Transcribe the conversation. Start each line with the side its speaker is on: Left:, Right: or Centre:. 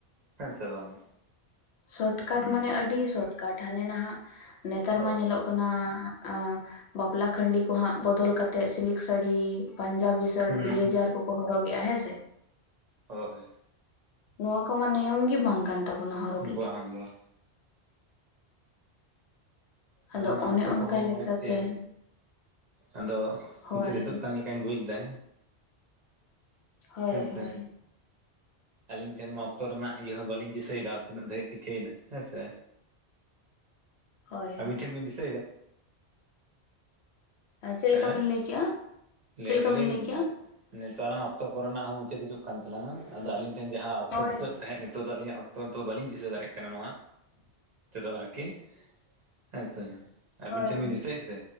Right: ᱦᱮᱸ ᱥᱮ ᱵᱟᱝ?
Left: ᱥᱚᱴᱠᱟᱴ
Right: ᱦᱩᱸ
Left: ᱢᱟᱱᱮ ᱟᱹᱰᱤ ᱥᱚᱴᱠᱟᱴ ᱦᱟᱱᱮ ᱱᱟᱦᱟᱜ ᱱᱮᱛᱟᱨ
Right: ᱦᱳᱭ
Left: ᱢᱟ ᱧᱮᱞᱚᱜ ᱠᱟᱱᱟ, ᱟᱸ ᱵᱟᱯᱞᱟ ᱠᱷᱟᱸᱰᱤ ᱠᱚᱦᱟᱸᱜ ᱵᱚᱫᱚᱞ ᱠᱟᱛᱮᱜ ᱥᱤᱞᱤᱠ ᱥᱟᱹᱲᱤ ᱯᱟᱧᱡᱟᱵᱤ ᱥᱟᱼᱼ ᱥᱟᱨᱴ
Right: ᱦᱩᱸ
Left: ᱵᱞᱮᱡᱟᱨ ᱠᱚᱠᱚ ᱦᱚᱨᱚᱜᱮᱼᱟ ᱦᱮᱸ ᱥᱮ?
Right: ᱦᱳᱭ᱾
Left: ᱱᱚᱣᱟ ᱠᱚᱢᱟ ᱱᱤᱭᱚᱢ ᱜᱮ ᱵᱟᱝ ᱠᱟᱱ ᱛᱟᱵᱚᱱᱟ ᱦᱚᱜᱼᱼ
Right: ᱵᱟᱝ ᱵᱟᱝ᱾ ᱟᱞᱟᱝᱟᱜ
Left: ᱟᱫᱚ ᱚᱱᱮ
Right: ᱚᱠᱛᱚ
Left: ᱚᱱᱠᱟ
Right: ᱠᱚᱦᱚᱸ
Left: ᱞᱮᱠᱟᱛᱮ᱾
Right: ᱢᱚᱱᱮ ᱪᱮ ᱟᱫᱚ,
Left: ᱦᱳᱭ
Right: ᱤᱱᱠᱟᱹ ᱛᱮᱫᱚ ᱚᱠᱟ ᱞᱮᱠᱟᱧ ᱵᱩᱡᱽ ᱫᱟ᱾
Left: ᱦᱳᱭ
Right: ᱥᱮ
Left: ᱦᱳᱭ᱾
Right: ᱟᱹᱞᱤᱧ ᱴᱷᱮᱱ ᱢᱟ ᱚᱠᱛᱚ ᱨᱮᱱᱟᱜ ᱤᱭᱟᱹ ᱦᱚᱸ ᱵᱟᱹᱞᱤᱧ ᱫᱤᱥᱟᱹᱭᱮᱫᱟ ᱛᱤᱱᱟᱹᱜ ᱫᱷᱟᱨᱤᱡ ᱪᱤᱠᱟᱹᱭᱮᱱᱟ ᱦᱮᱸ ᱥᱮ?
Left: ᱦᱳᱭ
Right: ᱟᱹᱵᱤᱱ
Left: ᱦᱳᱭ
Right: ᱴᱷᱮᱱ ᱵᱤᱱ ᱫᱤᱥᱟᱹᱭᱮᱫᱟ?
Left: ᱟᱨ ᱪᱮᱫ
Right: ᱦᱮᱸ,
Left: ᱞᱮᱠᱟ ᱵᱤᱱ ᱞᱟᱹᱭ ᱠᱮᱜᱼᱟ
Right: ᱞᱟᱹᱭ
Left: ᱪᱮᱫ ᱞᱮᱠᱟ
Right: ᱫᱟᱞᱤᱧ
Left: ᱵᱤᱱ ᱠᱮᱜᱼᱟ?
Right: ᱱᱤᱛᱚᱜ ᱟᱞᱟᱝᱟᱜ ᱚᱠᱛᱚ ᱠᱚᱨᱮᱱᱟᱜ ᱦᱚᱸ ᱢᱩᱪᱟᱹᱫ ᱦᱤᱡᱩᱜ ᱠᱟᱱ ᱛᱟᱞᱟᱝᱟ ᱟᱫᱚ ᱟᱹᱞᱤᱧ ᱡᱟᱦᱟᱸ ᱚᱠᱛᱚ
Left: ᱦᱳᱭ
Right: ᱫᱤᱥᱟᱹᱜ ᱛᱟᱦᱮᱸᱜ ᱱᱤᱛᱚᱜ ᱫᱚ ᱟᱹᱞᱤᱧᱟᱜ ᱚᱠᱛᱚ ᱫᱚ ᱵᱟᱹᱞᱤᱧ ᱫᱤᱥᱟᱹ ᱫᱟᱲᱮᱜ ᱠᱟᱱᱟ ᱱᱚᱣᱟ᱾ ᱛᱮᱫᱚ ᱟᱨᱠᱤ, ᱦᱮᱸᱥᱮ, ᱟᱹᱵᱤᱱ
Left: ᱦᱳᱭ
Right: ᱴᱷᱮᱱ
Left: ᱦᱳᱭ
Right: ᱵᱤᱱ ᱫᱤᱥᱟᱹᱭᱮᱫ ᱛᱮ?